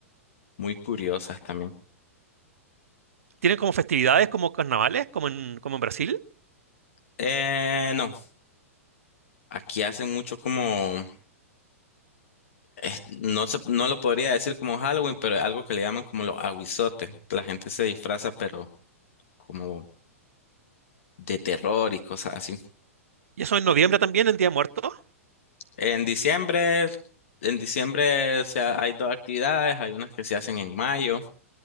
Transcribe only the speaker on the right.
¿Tienen como festividades, como carnavales, como en, como en Brasil?
¿Y eso en noviembre también, en Día Muerto?